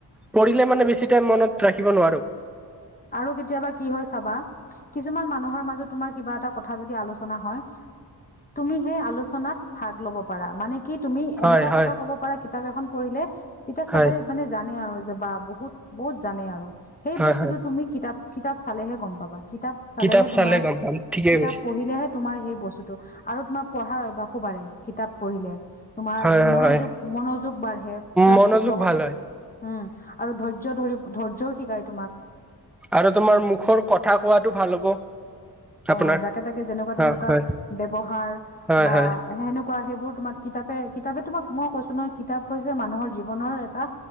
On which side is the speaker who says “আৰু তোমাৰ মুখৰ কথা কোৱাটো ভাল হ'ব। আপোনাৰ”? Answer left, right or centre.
Centre